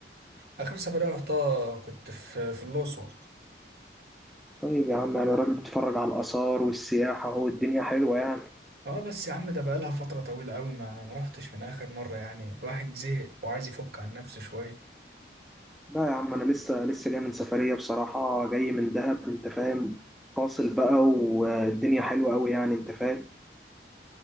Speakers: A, on the right (about 60°); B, in the centre.
A: آخر سفرية رحتها كنت في في الأقصر
B: طيب يا عم انا راجل بتفرج على الاثار والسياحة اهو الدنيا حلوة يعني
A: اه بس يا عم ده بقالها فترة طويلة أوي ما ما رحتش من آخر مرة يعني الواحد زهق وعايز يفك عن نفسه شوية
B: لا يا عم انا لسه لسه جاي من سفرية بصراحة جاي من دهب انت فاهم فاصل بقى والدنيا حلوة قوي يعني انت فاهم